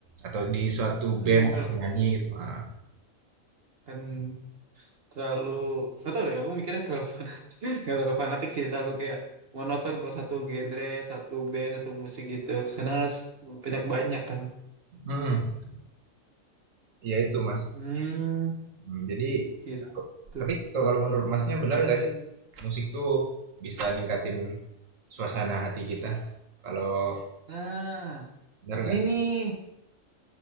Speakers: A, on the right (about 70°); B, on the right (about 50°).
A: Atau di suatu
B: Hmm,
A: band atau
B: bener.
A: penyanyi gitu, heeh.
B: Kan terlalu nggak tahu deh. Aku mikirnya terlalu fanatik. <laughs> Gak terlalu fanatik sih. Terlalu kayak monoton kalau satu genre, satu band, satu musik gitu. Karena harus banyak-banyak kan.
A: Mhm, iya itu Mas,
B: Hmm,
A: mmm, jadi
B: gitu.
A: kalau tapi kalau kalau menurut Masnya benar nggak sih, musik tuh bisa ningkatin suasana hati kita? Kalau
B: Nah,
A: benar nggak?
B: ini nih.